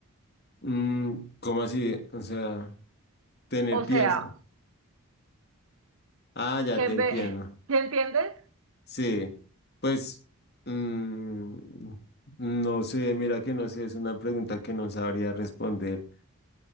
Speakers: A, on the left; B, on the right.
A: Mm, ¿cómo así? O sea, tener
B: O
A: pies.
B: sea,
A: Ah, ya
B: qué
A: te
B: en
A: entiendo.
B: vez... ¿Sí entiendes?
A: Sí, pues mm, no sé, mira que no sé, es una pregunta que no sabría responder.